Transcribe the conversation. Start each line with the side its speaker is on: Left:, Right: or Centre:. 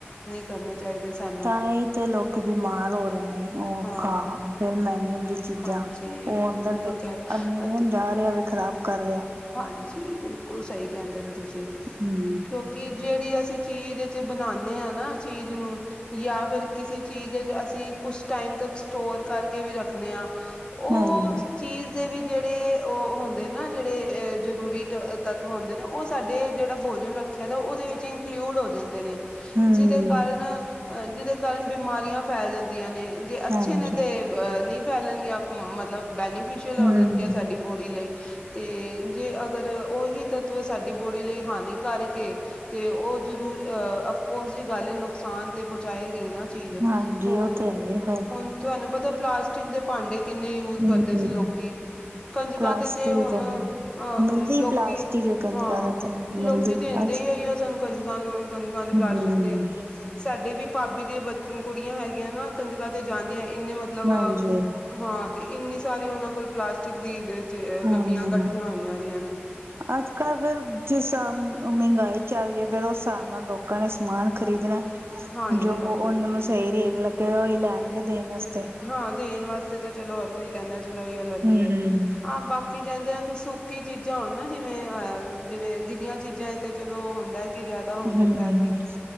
Left: ਕਰਨੇ ਚਾਹੀਦੇ ਸਾਨੂੰ
Right: ਤਾਂਹੀ ਤਾ ਲੋਕੀ ਬਿਮਾਰ ਹੋ ਰਹੇ ਨੇ। ਉਹ
Left: ਹਾਂ
Right: ਖਾ ਫੇਰ ਮੈ ਨ ਚੀਜ਼ਾਂ
Left: ਹਾਂਜੀ
Right: ਉਹ ਅੰਦਰ
Left: ਬਿਲਕੁਲ
Right: ਫਿਰ
Left: ਕਹਿ ਰਹੇ
Right: ਅਲਮੀਨੀਅਮ
Left: ਅਤੇ
Right: ਜਾ ਰਿਹਾ ਫੇਰ ਖ਼ਰਾਬ ਕਰ ਰਿਹਾ।
Left: ਹਾਂਜੀ ਬਿਲਕੁਲ ਸਹੀ ਕਹਿੰਦੇ ਪਏ ਤੁਸੀਂ
Right: ਹੂੰ,
Left: ਕਿਉਂਕਿ ਜਿਹੜੀ ਅਸੀਂ ਚੀਜ਼ ਚ ਬਣਾਨੇ ਆ ਨਾ ਚੀਜ਼ ਨੂੰ ਜਾਂ ਫਿਰ ਕਿਸੇ ਚੀਜ਼ ਚ ਅਸੀਂ ਕੁਛ ਟਾਈਮ ਤੱਕ ਸਟੋਰ ਕਰਕੇ ਵੀ ਰੱਖਦੇ ਹਾ, ਉਹ
Right: ਹਾਂਜੀ,
Left: ਚੀਜ਼ ਦੇ ਵਿੱਚ ਜਿਹੜੇ ਉਹ ਹੁੰਦੇ ਨਾ ਜਿਹੜੇ ਅਹ ਜ਼ਰੂਰੀ ਤੱਤਵ ਹੁੰਦੇ ਨੇ ਉਹ ਸਾਡੇ ਜਿਹੜਾ ਭੋਜਨ ਰੱਖ ਰੱਖਿਆ ਤਾਂ ਉਹਦੇ ਵਿੱਚ ਇੰਕਲੂਡ ਹੋ ਜਾਂਦੇ ਨੇ।
Right: ਹੂੰ,
Left: ਜਿਹਦੇ ਕਾਰਨ ਅ ਜਿਹਦੇ ਕਾਰਨ ਬਿਮਾਰੀਆਂ ਫੈਲ ਜਾਂਦੀਆਂ ਨੇ। ਜੇ ਅੱਛੇ
Right: ਹਾਂਜੀ,
Left: ਨੇ ਤੇ ਅਹ ਨਹੀਂ ਫੈਲਣਗੀਆਂ ਮਤਲਬ ਬੈਨੀਫਿਸ਼ਅਲ ਹੋ
Right: ਹੂੰ।
Left: ਜਾਣਗੀਆਂ ਸਾਡੀ ਬੋਡੀ ਲਈ। ਤੇ ਜੇ ਅਗਰ ਉਹੀ ਤੱਤਵ ਸਾਡੀ ਬੋੜੀ ਲਈ ਹਾਨੀਕਾਰਕ ਏ ਤੇ ਉਹ ਜ਼ਰੂਰ, ਅਹ ਅਫਕੋਰਸ ਦੀ ਗੱਲ ਨੁਕਸਾਨ ਤੇ ਪਹੁੰਚਾਏ ਗਾ ਹੀ ਨਾ। ਚੀਜ਼
Right: ਹਾਂਜੀ,
Left: ਹੁਣ
Right: ਉਹ ਤੇ ਹੈ ਹੀ ਫਿਰ
Left: ਹੁਣ ਤੁਹਾਨੂੰ ਪਤਾ ਪਲਾਸਟਿਕ ਦੇ ਭਾਂਡੇ ਕਿੰਨੇ ਯੂਜ
Right: ਹੂੰ,
Left: ਕਰਦੇ ਸੀ, ਲੋਕੀ ਕੰਜਕਾਂ
Right: ਪਲਾਸਟਿਕ
Left: ਤੇ ਤੇ ਹੁਣ ਅਹ
Right: ਮਿਲਦੀ
Left: ਲੋਕੀ
Right: ਪਲਾਸਟਿਕ ਕਹਿੰਦੀ
Left: ਹਾਂ
Right: ਜ਼ਿਆਦਾਤਰ ਮਿਲਦੀ
Left: ਲੋਕੀ ਦੇਿੰਦੇ
Right: ਪਲਾਸ
Left: ਹੀ ਆਈ ਉਹ ਸਾਨੂੰ ਕੰਜਕਾਂ ਨੂੰ ਕੰੰਜਕਾਂ ਦੇ ਪਲਾਸਟਿਕ
Right: ਹੂੰ,
Left: ਦੇ ਸਾਡੇ ਵੀ ਭਾਬੀ ਦੇ ਬ ਕੁੜੀਆਂ ਹੈਗੀਆਂ ਨਾ ਕੰਜਕ ਤੇ ਜਾਂਦੀਆਂ ਇੰਨੇ ਮਤਲਬ
Right: ਹਾਂਜੀ।
Left: ਹਾਂ ਤੇ ਇੰਨੀ ਸਾਰੀ ਉਹਨਾਂ ਕੋਲ ਪਲਾਸਟਿਕ ਦੀ
Right: ਹਾਂ,
Left: ਡੱਬੀਆਂ ਇਕੱਠੀਆਂ ਹੋਈਆਂ ਦੀਆਂ ਨੇ
Right: ਅੱਜ-ਕੱਲ ਅਗਰ ਜਿਸ ਮਹਿੰਗਾਈ ਚੱਲ, ਜੇ ਫੇਿਰ ਉਸ ਹਿਸਾਬ ਨਾਲ ਲੋਕਾਂ ਨੇ ਸਮਾਨ ਖ਼ਰੀਦਣਾ
Left: ਹਾਂਜੀ
Right: ਜੋ
Left: ਹਾਂਜੀ
Right: ਉਹਨਾਂ ਨੂੰ ਸਹੀ ਰੇਟ ਲੱਗੇਗਾ ਹੀ ਲੈਣਗੇ ਦੇਣ ਵਸ
Left: ਹਾਂ, ਦੇਣ ਵਾਸਤੇ ਤਾਂ ਚਲੋ ਹੋਰ ਕੋਈ ਕਹਿੰਦਾ। ਚਲੋ ਇਹੋ ਹੀ ਲੈ ਲਈਏ,
Right: ਹੂੰ-ਹੂੰ,
Left: ਹਾਂ ਬਾਕੀ ਕਹਿੰਦੇ ਆ ਕਿ ਸੁ ਸੁਖੀ ਚੀਜ਼ਾਂ ਹੋਨਨਾ ਜਿਵੇਂ ਅਹ ਜਿਵੇਂ ਗਿੱਲੀਆਂ ਚੀਜ਼ਾਂ ਤੇ ਚਲੋ ਹੁੰਦਾ। ਕੀ ਜਿਆਦਾ ਹੋ ਜਾਂਦਾ,
Right: ਹਾਂਜੀ।